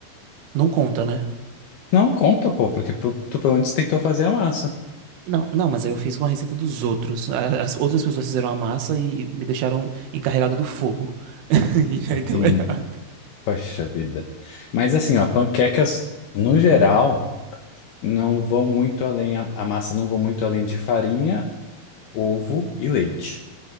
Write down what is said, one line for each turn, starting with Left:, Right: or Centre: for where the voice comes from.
Right: não conta, né?
Left: Não, conta, pô, porque tu, tu pelo menos tentou fazer a massa.
Right: Não, não, mas aí eu fiz com a receita dos outros. A- As outras pessoas fizeram a massa e me deixaram encarregado do fogo. <laughs> E
Left: Entendi.
Right: aí deu errado.
Left: Poxa vida. Mas assim, ó, panquecas, no geral, não vão muito além, a, a massa não vão muito além de farinha, ovo e leite.